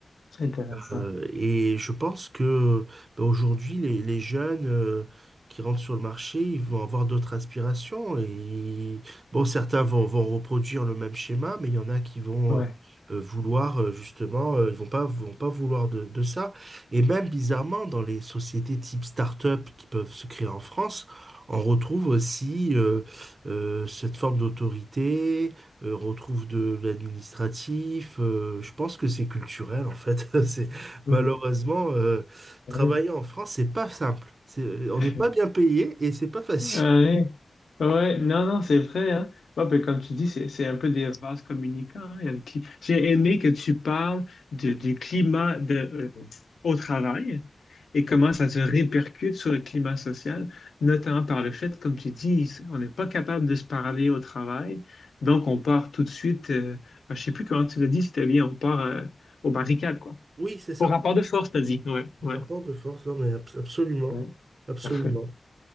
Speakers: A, on the left; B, on the right.
A: C'est intéressant.
B: Euh, et je pense que ben, aujourd'hui, les, les jeunes euh, qui rentrent sur le marché, ils vont avoir d'autres aspirations. Et bon, certains vont, vont reproduire le même schéma, mais il y en a qui vont
A: Ouais.
B: euh, euh, vouloir euh, justement, euh, ils vont pas, vont pas vouloir de, de ça. Et même bizarrement, dans les sociétés type start-up qui peuvent se créer en France, on retrouve aussi euh, euh, cette forme d'autorité, euh, on retrouve de, de l'administratif. euh, je pense que c'est culturel en fait. <laughs> C'est-
A: Hmm.
B: Malheureusement, euh,
A: Oui.
B: travailler en France, c'est pas simple. C'est- on
A: <laughs>
B: n'est pas bien payé et c'est pas <laughs> facile.
A: Ouais. Ouais. Non, non, c'est vrai, hein. Ouais, puis comme tu dis, c'est, c'est un peu des vases communicants. hein, il y a le cli- J'ai aimé que tu parles de- du climat de. euh, au travail et comment ça se répercute sur le climat social, notamment par le fait, comme tu dis, on n'est pas capable de se parler au travail. Donc, on part tout de suite, euh, ah, je sais plus comment tu l'as dit, si tu bien, on part euh, aux barricades, quoi.
B: Oui, c'est ça.
A: Au rapport de force, t'as dit. Ouais, ouais.
B: Rapport de force, non, mais abs- absolument.
A: Ouais,
B: Absolument.
A: parfait.